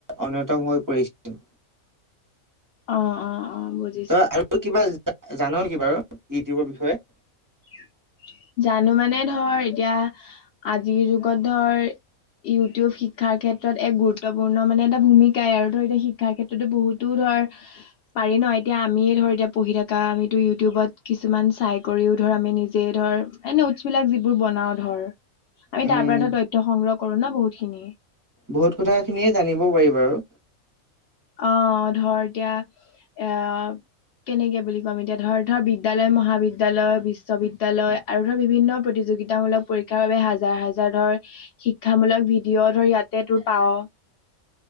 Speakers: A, on the right; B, on the left.
A: অন্যতম হৈ পৰিছিল।
B: অ' অ' অ' বুজ
A: তই আৰু কিবা জান নেকি বাৰু ইউটিউবৰ বিষয়ে?
B: <inaudible> জানো মানে ধৰ এতিয়া আজিৰ যুগত ধৰ ইউটিউব শিক্ষাৰ ক্ষেত্ৰত এক গুৰুত্বপূৰ্ণ মানে এটা ভূমিকাই আৰু ধৰ এতিয়া শিক্ষাৰ ক্ষেত্ৰতো বহুতো ধৰ পাৰি ন' এতিয়া আমিয়ে ধৰ এতিয়া পঢ়ি থকা আমিতো ইউটিউবত কিছুমান চাই কৰিও ধৰ আমি নিজে ধৰ এ, নতজ বিলাক যিবোৰ বনাওঁ ধৰ। আমি
A: উম
B: তাৰ পৰা ধৰ তথ্য সংগ্ৰহ কৰো ন' বহুত খিনি।
A: বহুত কথা খিনিয়ে জানিব পাৰিবা আৰু।
B: অ' ধৰ এতিয়া <unintelligible> কেনেকে বুলি ক'ম এতিয়া ধৰ, ধৰ বিদ্যালয় মহাবিদ্যালয়, বিশ্ববিদ্যালয় আৰু ধৰ বিভিন্ন প্ৰতিযোগিতা মূলক পৰীক্ষা বাবে হাজাৰ, হাজাৰ ধৰ শিক্ষা মূলক ভিডিঅ' ধৰ ইয়াতে তোৰ পাওঁ।